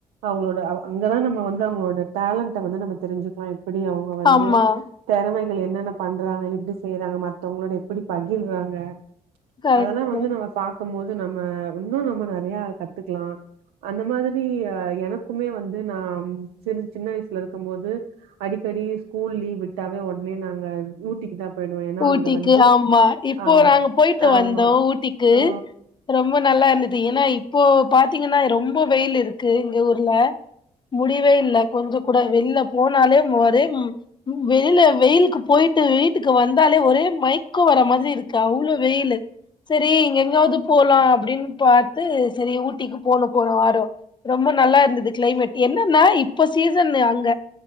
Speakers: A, on the right; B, on the left.
A: அவுங்களோட அ அங்கதா நம்ம வந்து அவுங்களோட டேலண்ட வந்து நம்ம தெருஞ்சுக்லா எப்புடி அவுங் இப்போ வந்து
B: ஆமா
A: தெறமைகள் என்னென்ன பண்றாங்க எப்டி செய்றாங்க மத்தவங்களோட எப்பிடி பகிர்றாங்க <unintelligible>
B: கரெக்ட்டு
A: அதல்லா வந்து நம்ம பாக்கும்போது நம்ம இன்னொ நம்ம நெறையா கத்துக்கலா அந்த மாதிரி அ எனக்குமே வந்து நா சின் சின்ன வயசுல இருக்கும் போது அடிக்கடி ஸ்கூல் லீவ் விட்டாவே ஒடனே நாங்க ஊட்டிக்கு தா போயிடுவோ ஏன்னா
B: ஊட்டிக்கு
A: அங்க வந்து
B: ஆமா இப்போ
A: ஆமா
B: நாங்க போயிட்டு
A: ஆமா
B: வந்தோ ஊட்டிக்கு
A: ஆ
B: ரொம்ப நல்லா இருந்தது ஏனா இப்போ பாத்தீங்கனா ரொம்ப வெயில் இருக்கு இங்க ஊர்ல முடிவே இல்ல கொஞ்ச கூட வெள்ல போனாலே மோரே ம் வெளில வெயிலுக்கு போயிட்டு வீட்டுக்கு வந் வந்தாலே ஒரே மய்க்கோ வர மாதுரி இருக்கு அவ்ளோ வெயிலு செரி இங்க எங்கயாவ்து போலா அப்டின்னு பாத்து செரி ஊட்டிக்கு போனோ போனவாரொ ரொம்ப நல்லா இருந்தது கிளைமேட் என்னன்னா இப்ப சீசன் அங்க